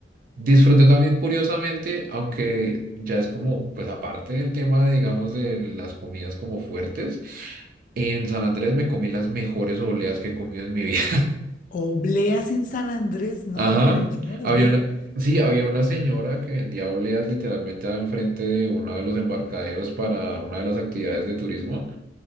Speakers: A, on the right; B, on the left.
A: Disfruté también curiosamente, aunque ya es como, pues aparte del tema, de, digamos, de las comidas como fuertes, en San Andrés me comí las mejores obleas que he comido en mi vida.
B: Obleas en San Andrés,
A: <laughs>
B: no
A: Ajá.
B: te creo, yo no los
A: Había
B: vi.
A: una, sí, había una señora que vendía obleas literalmente enfrente de uno de los embarcaderos para una de las actividades de turismo